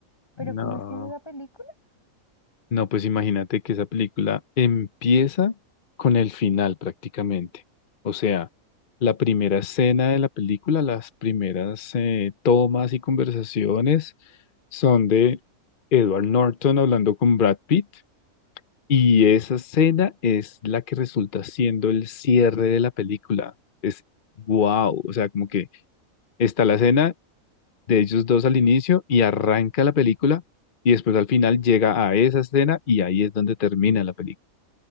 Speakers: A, on the left; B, on the left.
A: ¿Pero
B: No.
A: cómo es que es esa película?
B: No, pues imagínate que esa película empieza con el final prácticamente. O sea, la primera escena de la película, las primeras eh, tomas y conversaciones son de Edward Norton hablando con Brad Pitt y esa escena es la que resulta siendo el cierre de la película. Es wow, o sea, como que está la escena de ellos dos al inicio y arranca la película y después al final llega a esa escena y ahí es donde termina la película.